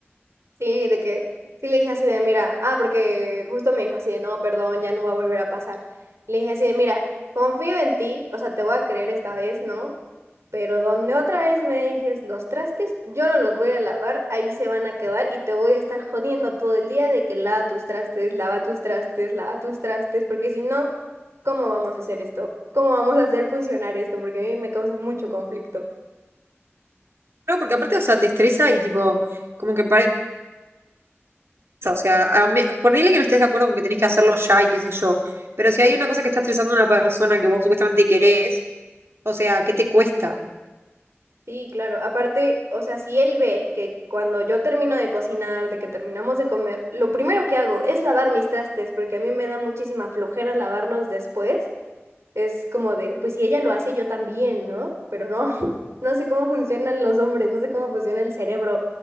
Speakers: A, on the right; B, on the right.
A: sí, de que, sí le dije así de, mira, ah, porque justo me dijo así de, no, perdón, ya no va a volver a pasar. Le dije así de, mira, confío en ti, o sea, te voy a creer esta vez, ¿no? Pero donde otra vez me dejes los trastes, yo no los voy a lavar, ahí se van a quedar y te voy a estar jodiendo todo el día de que lava tus trastes, lava tus trastes, lava tus trastes, porque si no, ¿cómo vamos a hacer esto? ¿Cómo vamos a hacer funcionar esto? Porque a mí me causa mucho conflicto.
B: No, porque aparte, o sea, te estresa y tipo, como que parece, o sea, a mí- ponele que no estés de acuerdo con que tenés que hacerlo ya y qué sé yo, pero si hay una cosa que está estresando a una persona que vos supuestamente querés, o sea, ¿qué te cuesta?
A: Sí, claro. Aparte, o sea, si él ve que cuando yo termino de cocinar, de que terminamos de comer, lo primero que hago es lavar mis trastes, porque a mí me da muchísima flojera lavarlos después. es como de, pues si ella lo hace, yo también, ¿no? Pero no, <laughs> no sé cómo funcionan los hombres, no sé cómo funciona el cerebro